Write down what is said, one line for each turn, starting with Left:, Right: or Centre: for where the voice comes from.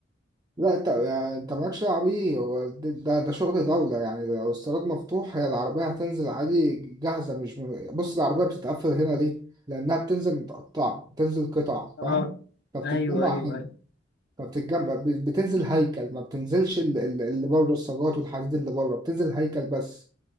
Right: لا انت يعني انت مالكش دعوه بيه هو ده ده ده شغل دوله يعني لو الصاروخ مفتوح هي العربيه هتنزل عادي جاهزه مش م... بص العربيه بتتقفل هنا ليه؟ لانها بتنزل متقطعه بتنزل قطع
Left: اه
Right: فاهم؟ فبتتجمع
Left: ايوه ايوه
Right: هنا
Left: ايوه
Right: فبتتجمع ب- بتنزل هيكل ما بتنزلش ال- ال- اللي بره الصاجات والحديد اللي بره بتنزل هيكل بس